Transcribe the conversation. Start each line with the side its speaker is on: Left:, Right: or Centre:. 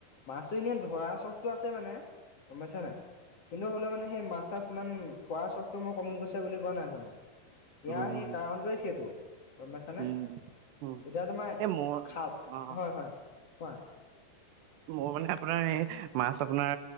Left: মাছটো এনেই ধৰাৰ চখটো আছে মানে গম পাইছা নাই কিন্তু হলেও মানে সেই মাছ চাছ ইমান খোৱা চখটো মো কমি গৈছে বুলি কোৱা নাই জানো ইয়াৰ
Right: উম
Left: সেই কাৰণটোৱে সেইটো গম পাইছানে
Right: উম উম
Left: এতিয়া তোমাৰ
Right: এই মোৰ
Left: খা
Right: অ
Left: হয় হয়। কোৱা?
Right: মোৰ মানে আপোনাৰ এই মাছ আপোনাৰ